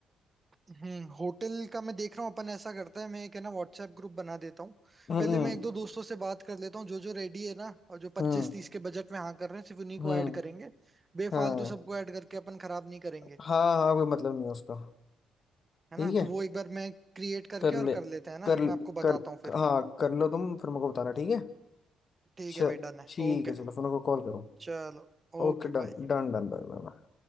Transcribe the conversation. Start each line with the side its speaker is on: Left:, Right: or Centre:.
Right: हम्म होटल का मैं देख रहा हूँ अपन ऐसा करते हैं मैं एक है ना व्हाट्सएप ग्रुप बना देता हूँ
Left: हम्म
Right: पहले मैं एक दो दोस्तों से बात कर लेता हूँ जो जो रेडी है ना और जो पच्चीस
Left: हम्म
Right: तीस के बजट में हाँ कर रहे हैं सिर्फ उन्हीं को
Left: हम्म
Right: ऐड करेंगे बेफालतू
Left: हाँ
Right: सबको ऐड करके अपन खराब नहीं करेंगे
Left: हाँ हाँ कोई मतलब नहीं है उसका
Right: है
Left: ठीक
Right: ना
Left: है
Right: तो वो एक बार मैं क्रिएट करके
Left: कर
Right: और
Left: ले
Right: कर लेते हैं ना
Left: कर
Right: मैं आपको बताता
Left: कर
Right: हूँ फिर
Left: हाँ कर लो तुम फिर मेरे को बताना ठीक है
Right: ठीक
Left: च-
Right: है भाई डन है
Left: ठीक
Right: ओके
Left: है चलो फिर मेरे को कॉल करो
Right: चलो ओके
Left: Okay done
Right: बाय
Left: done done bye bye